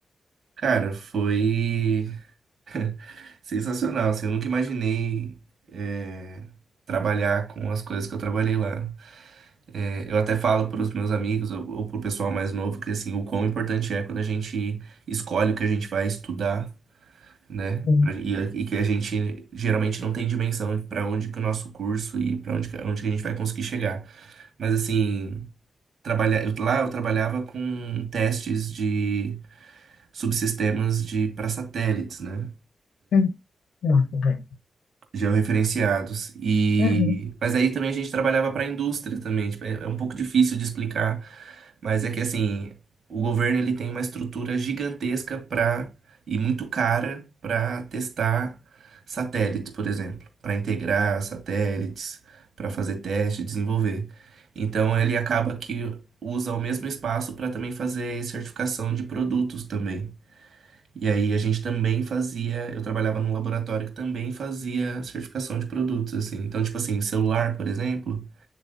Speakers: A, on the right; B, on the left.
A: Cara, foi <laughs> sensacional, assim, eu nunca imaginei é, trabalhar com as coisas que eu trabalhei lá. É, eu até falo para os meus amigos ou, ou para o pessoal mais novo que assim, o quão importante é quando a gente escolhe o que a gente vai estudar, né?
B: Hum,
A: Pra- E, e que a gente geralmente não tem dimensão para onde que o nosso curso e para onde, que- onde que a gente vai conseguir chegar. Mas assim. trabalhar, eu- lá eu trabalhava com testes de subsistemas de para satélites, né?
B: hum, Nossa, velho.
A: georreferenciados. E
B: Uhum,
A: mas aí também a gente trabalhava para a indústria também, tipo, é é um pouco difícil de explicar, mas é que assim, o governo ele tem uma estrutura gigantesca para e muito cara para testar satélites, por exemplo, para integrar satélites, para fazer teste, desenvolver. Então ele acaba que usa o mesmo espaço para também fazer certificação de produtos também. E aí a gente também fazia, eu trabalhava num laboratório que também fazia certificação de produtos, assim. Então, tipo assim, celular, por exemplo,